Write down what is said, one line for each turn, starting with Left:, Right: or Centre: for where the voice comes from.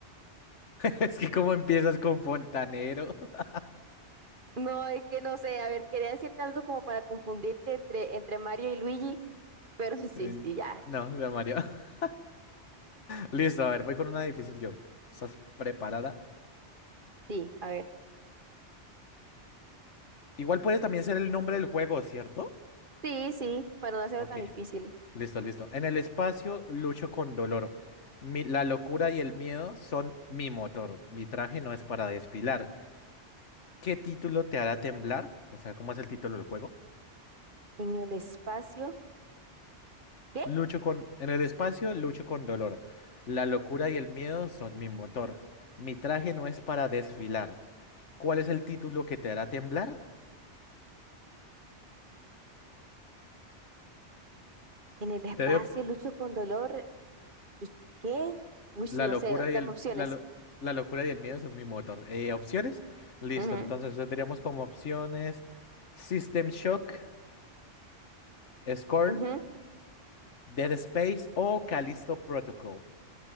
Left: Es que cómo empiezas con fontanero. <laughs>
Right: No, es que no sé, a ver, quería decirte algo como para confundirte entre, entre Mario y Luigi, pero <laughs> sí,
Left: Mm,
Right: sí, ya,
Left: No, ya Mario. <laughs> Listo, a ver, voy con una difícil yo. ¿Estás preparada?
Right: sí, a ver.
Left: Igual puedes también ser el nombre del juego, ¿cierto?
Right: Sí, sí, para no hacerlo
Left: Ok.
Right: tan difícil.
Left: Listo, listo. En el espacio lucho con dolor. Mi- la locura y el miedo son mi motor. Mi traje no es para desfilar. ¿Qué título te hará temblar? O sea, ¿cómo es el título del juego?
Right: En el espacio, ¿qué?
Left: Lucho con... En el espacio lucho con dolor. La locura y el miedo son mi motor. Mi traje no es para desfilar. ¿Cuál es el título que te hará temblar?
Right: En el espacio
Left: Te doy op-
Right: lucho con dolor, ¿y qué? Uy,
Left: La
Right: no
Left: locura
Right: sé,
Left: y
Right: dame
Left: el...
Right: opciones.
Left: La, lo- la locura y el miedo son mi motor. Eh, ¿opciones? Listo,
Right: Ujú,
Left: entonces tendríamos como opciones System Shock. Scorn,
Right: ujú,
Left: Dead Space o Callisto Protocol.